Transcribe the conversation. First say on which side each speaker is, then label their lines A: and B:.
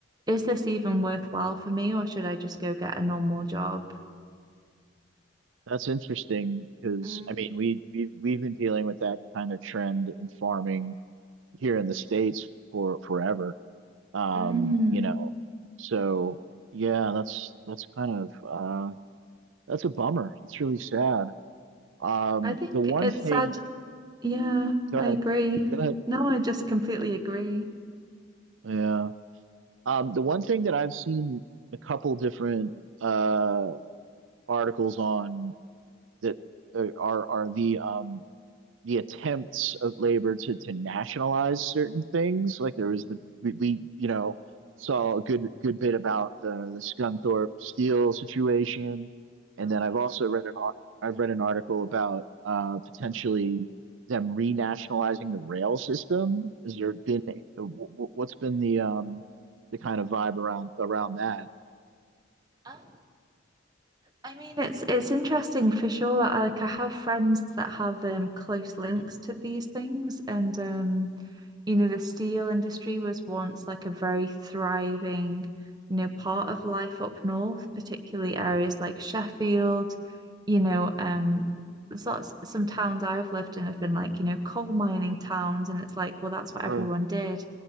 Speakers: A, on the right; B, on the right.
A: is this even worthwhile for me or should I just go get a normal job
B: That's interesting because
A: Mm.
B: I mean we we've we've been dealing with that kind of trend in farming here in the States for forever. Um,
A: Mm.
B: you know, so yeah, that's that's kind of uh that's a bummer. It's really sad. Um,
A: I think
B: the one
A: it's
B: thing,
A: sad Yeah,
B: go
A: I
B: ahead.
A: agree.
B: Go ahead.
A: No, I just completely agree.
B: Yeah. Um, the one thing that I've seen a couple different uh articles on that uh, are are the um the attempts of labor to to nationalize certain things. Like there was the we, we you know saw a good good bit about the the Scunthorpe Steel situation, and
A: Oh
B: then
A: yeah.
B: I've also read an I've read an article about uh, potentially them renationalizing the rail system. Is there been uh, what's been the um the kind of vibe around around that?
A: Um, I mean, It's it's interesting for sure. I, like I have friends that have um close links to these things, and um you know, the steel industry was once like a very thriving, you know, part of life up north, particularly areas like Sheffield, you know, um, there's lots some towns I've lived in have been like, you know, coal mining towns, and it's like, well, that's what
B: Sure.
A: everyone did.